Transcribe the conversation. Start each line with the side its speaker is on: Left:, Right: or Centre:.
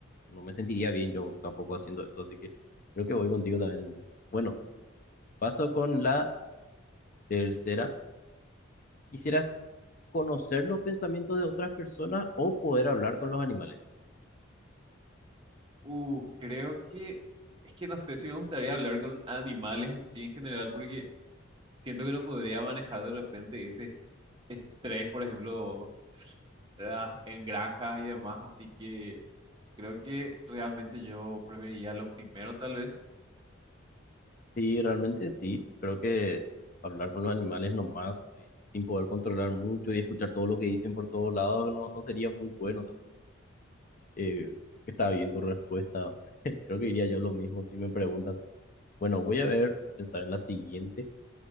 Left: no me sentiría bien yo tampoco haciendo eso, así que creo que voy contigo también en eso. Bueno, paso con la tercera ¿Quisieras conocer los pensamientos de otras personas o poder hablar con los animales?
Right: Uh, creo que es que no sé si me gustaría hablar con animales en sí en general, porque siento que no podría manejar de repente ese est- estrés, por ejemplo, ah, en granjas y demás, así que Creo que realmente yo preferiría lo primero, tal vez.
Left: Sí, realmente sí. Creo que hablar con los animales nomás, eh, sin poder controlar mucho y escuchar todo lo que dicen por todos lados, no, no sería muy bueno. tam- Eh, está bien tu respuesta. <laughs> Creo que diría yo lo mismo si me preguntan. Bueno, voy a ver, voy a pensar en la siguiente.